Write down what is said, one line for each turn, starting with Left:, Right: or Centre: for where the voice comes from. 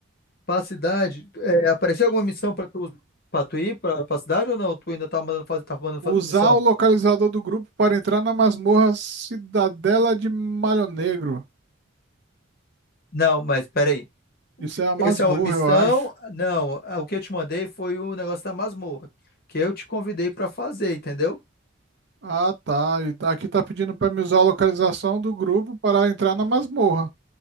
Left: Pra cidade, é, apareceu alguma missão pra tu, pra tu ir pra, pra cidade ou não? Tu ainda tá mandando fazer, tá mandando fazer
Right: Usar
Left: missão?
Right: o localizador do grupo para entrar na masmorra Cidadela de Malho Negro.
Left: Não, mas peraí. O
Right: Isso
Left: que-
Right: é a masmorra,
Left: Essa é uma missão?
Right: eu acho.
Left: Não, ah, o que eu te mandei foi o negócio da masmorra, que eu te convidei pra fazer, entendeu?
Right: Ah, tá. E tá- aqui tá pedindo para me usar a localização do grupo para entrar na masmorra.